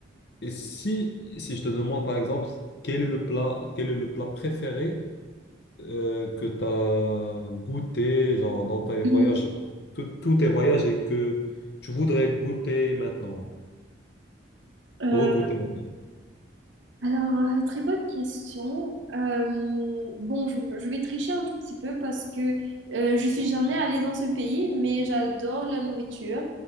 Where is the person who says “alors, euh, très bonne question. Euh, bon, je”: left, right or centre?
Right